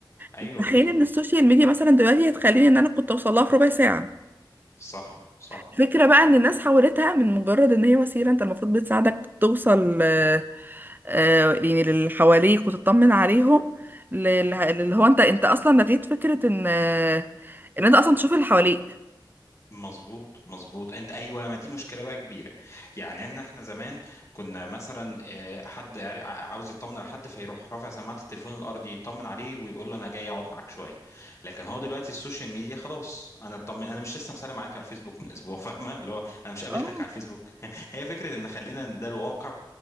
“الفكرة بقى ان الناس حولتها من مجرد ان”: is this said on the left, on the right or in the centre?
Right